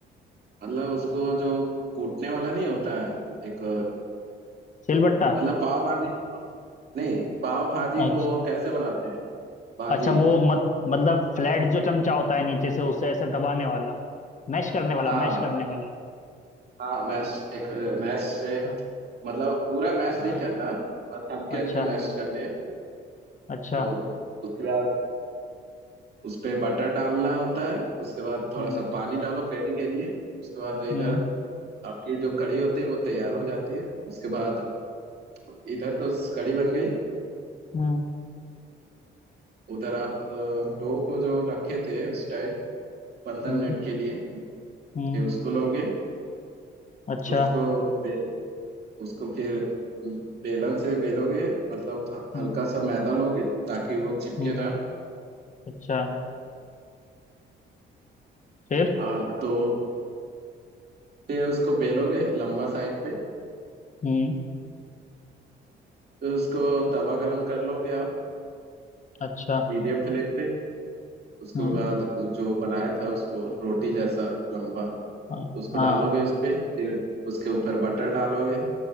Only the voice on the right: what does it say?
मतलब उसको जो कूटने वाला नहीं होता है एक
मतलब पाव भाजी को नहीं पाव भाजी
को कैसे बनाते हैं भाजी
हाँ
हाँ मैश एक मैश से
मतलब पूरा मैश
नहीं करना बस हल्के
हल्के मैश करने
तो उसके बाद उस पे बटर डालना होता है उसके बाद थोड़ा
सा पानी डालो ग्रेवी के लिए उसके बाद इधर
आपकी जो कड़ी होती है वो तैयार हो जाती है उसके बाद इधर तो कड़ी बन गई
उधर आप अ, डो को जो रखे थे उस टाइप पंद्रह
मिनट के लिए
ये उसको लोगे
उसको बेल उसको फिर बेलन से बेलोगे मतलब थ-
हल्का सा मैदा लोगे ताकि वो चिपके
ना
हाँ तो फिर उसको बेलोगे लंबा साइड पे
फिर उसको तवा गरम कर लोगे आप
मीडियम फ्लेम पे उसके
बाद जो बनाया था उसको रोटी जैसा लंबा
उसको
डालोगे उस पे फिर उसके ऊपर बटर डालोगे